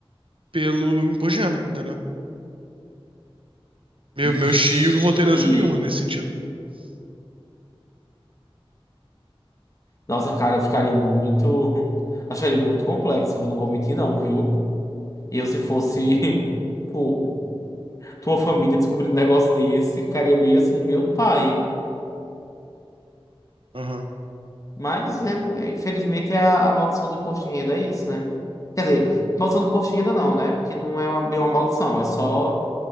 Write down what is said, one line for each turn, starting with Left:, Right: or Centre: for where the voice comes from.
Right: pelo imposto de renda, entendeu? Meu,
Left: Ixi.
Right: meus tios não vão ter herança nenhuma nesse sentido.
Left: Nossa, cara, eu ficaria muito. <laughs> Acharia muito complexo, eu não vou mentir, não, viu? Eu, se fosse <laughs> pô, tua família descobrindo um negócio desse, ficaria meio assim, meu pai.
Right: Aham.
Left: Mas, é, é, infelizmente, é a, a maldição do imposto de renda é isso, né? Quer dizer, maldição do imposto de renda não, né? Porque não é uma, bem uma maldição, é só.